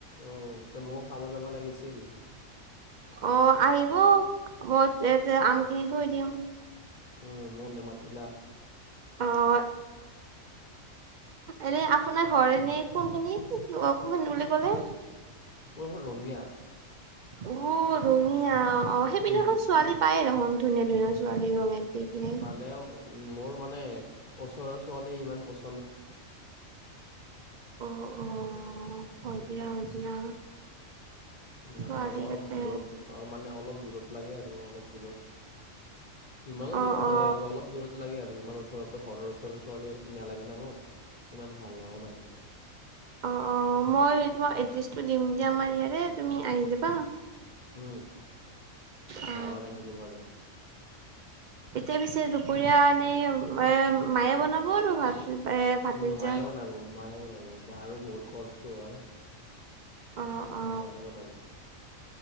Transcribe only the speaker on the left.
অ তে ময়ো খাব যাবা লাগিছিল।
উম মোক নামাতিলা।
মোৰ ৰঙীয়া।
উম,
উম।
পালেও মোৰ মানে ওচৰৰ ছোৱালী ইমান পচ
মানে
অলপ
দূৰত মানে অলপ দূৰত লাগে আৰু অলপ দূৰত। ইমানো দূৰত
নহয়
আৰু অলপ দূৰত লাগে আৰু। আৰু ইমান ওচৰৰতো ঘৰৰ ওচৰৰ ছোৱালী নালাগে ন মোক ইমান ভাল নহয় মানে।
উম
যাব লাগিব বাৰু।
উম, মায়ে
বনাব মায়ে বনাব মাৰোঁ বহুত কষ্ট হয়
সে মায়ে বনাব।